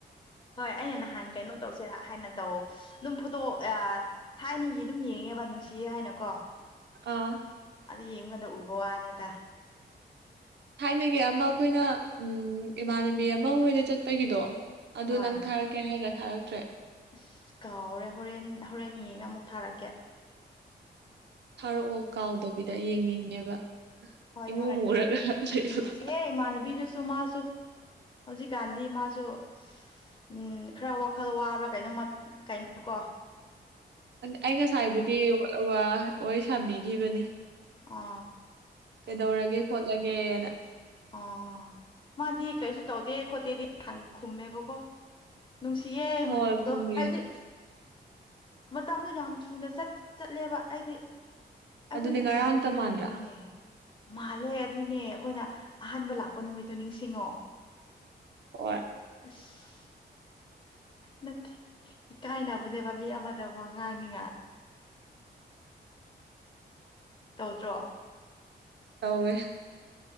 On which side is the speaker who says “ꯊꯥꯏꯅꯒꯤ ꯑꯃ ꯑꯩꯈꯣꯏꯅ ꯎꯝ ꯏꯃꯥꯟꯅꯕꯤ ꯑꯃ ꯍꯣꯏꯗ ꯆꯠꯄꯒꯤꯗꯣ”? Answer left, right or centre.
Right